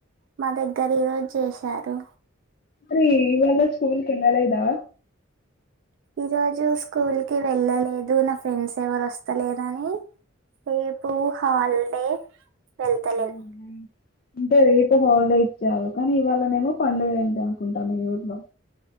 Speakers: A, on the right (about 65°); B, on the left (about 45°).
A: మా దగ్గర ఈరోజు చేశారు
B: రే ఈవేల స్కూల్ కెలలేదా
A: ఈరోజు స్కూల్కి వెళ్ళలేదు నా ఫ్రెండ్స్ ఎవరు అస్తలేరుని రేపు హాలిడే వెళ్తలేను
B: అవునా. అంటే రేపు హాలిడే ఇచ్చారు కానీ ఇవాళనేమో పండుగ అయిందనుకుంటా ఈ ఊర్లో